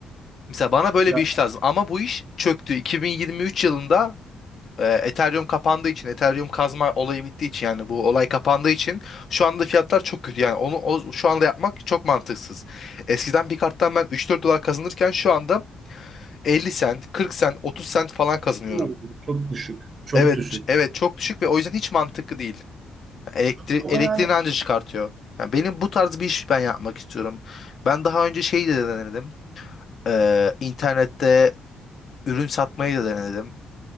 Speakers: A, on the left (about 55°); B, on the right (about 50°).
A: Mesela bana böyle
B: Ya,
A: bir iş lazım ama bu iş çöktü. 2023 yılında ee, Ethereum kapandığı için, Ethereum kazma olayı bittiği için yani bu olay kapandığı için şu anda fiyatlar çok kötü. Yani onu o- şu anda yapmak çok mantıksız. Eskiden bir karttan ben 3-4 dolar kazanırken şu anda 50 sent, 40 sent, 30 sent falan kazanıyorum.
B: oo, çok düşük. Çok
A: Evet,
B: düşük.
A: evet çok düşük ve o yüzden hiç mantıklı değil. Elektri
B: Ama
A: elektriğini
B: yani
A: anca çıkartıyor. Yani benim bu tarz bir iş ben yapmak istiyorum. Ben daha önce şeyi de denedim. Ee, internette ürün satmayı da denedim.